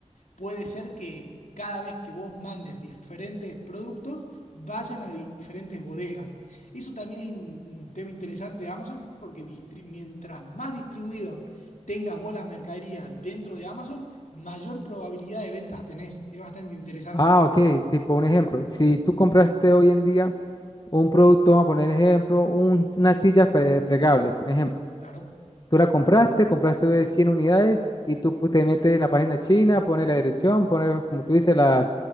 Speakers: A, on the left (about 80°); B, on the left (about 35°).
A: puede ser que cada vez que vos mandes diferentes productos, vayan a di- diferentes bodegas. Eso también es un, un tema interesante de Amazon, porque distri- mientras más distribuido tengas vos la mercadería dentro de Amazon, mayor probabilidad de ventas tenés. Es bastante interesante.
B: Ah, ok, tipo un ejemplo. Si tú compraste hoy en día un producto, vamos a poner ejemplo, un- unas sillas pre- plegables, un ejemplo.
A: Claro,
B: Tú la compraste, compraste cien unidades y tú pues, te metes en la página china, pones la dirección, pones, como tú dices, las,